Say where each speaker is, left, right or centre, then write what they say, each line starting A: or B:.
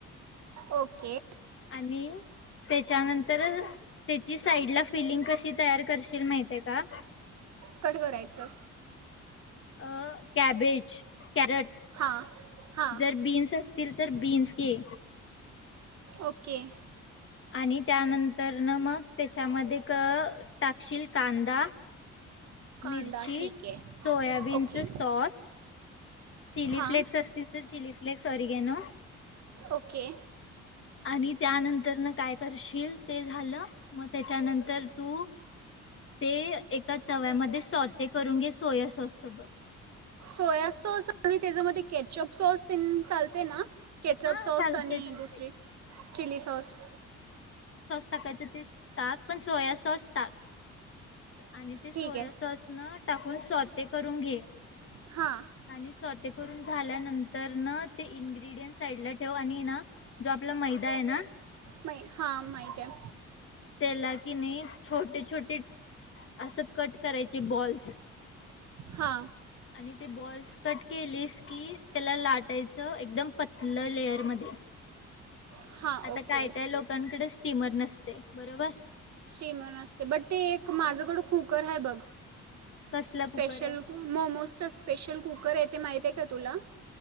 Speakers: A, on the right; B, on the left.
A: ओके
B: आणि त्याच्यानंतर त्याची साईड ला फिलिंग कशी तयार करशील माहितीय का?
A: कसं करायचं?
B: अ कॅबेज कॅरट
A: हां हां
B: जर बीन्स असतील तर बीन्स घे.
A: ओके
B: आणि त्यानंत तर ना मग त्याच्यामध्ये क टाकशील कांदा
A: कांदा
B: मिर्ची,
A: ठीक आहे
B: सोयाबीनच
A: ओके
B: सॉस चिली
A: हां
B: फ्लेक् असतील तर चिली फ्लेक्स सॉरी गॅनो
A: ओके
B: आणि त्यानंतर न काय करशील ते झालं. मग त्याच्यानंतर तू ते एका तव्यामध्ये सोते करून घे सोया सॉस सोबत.
A: सोया सॉस आणि त्याच्यामध्ये कॅचअप सॉस तेन चालते ना? केचअप
B: हा
A: सॉस
B: चालते
A: आणि
B: चालते
A: दुसरी चिली सॉस.
B: टाकाच तेच टाक पण सोया सॉस टाक. आणि ते सोया
A: ठीक आहे
B: सॉस न टाकून सोते कर. रुन घे.
A: हां
B: आणि स्वा ते करून झाल्यानंतर न ते इन्ग्र्रीडियंनट्स साईड ला ठेव आणि ना जो आपला मैदा आहे ना
A: मई हा माहित हाय.
B: त्याला की नई छोटे छोटे असं कट करायचे बॉल्स.
A: हा
B: आणि ते बॉल्स कट केलीस की त्याला लाटायचं एकदम पतलं लेयर मध्ये.
A: हां
B: आता
A: ओके
B: काय काय लोकांकडे स्टीमर नसते. बरोबर
A: स्टीमर नसते बट ते एक माझ्याकडं कुकर हाय बघ
B: कसला
A: स्पेशल
B: कुकर आहे
A: मोमोजच स्पेशल कुकर ये ते माहित आहे का तुला?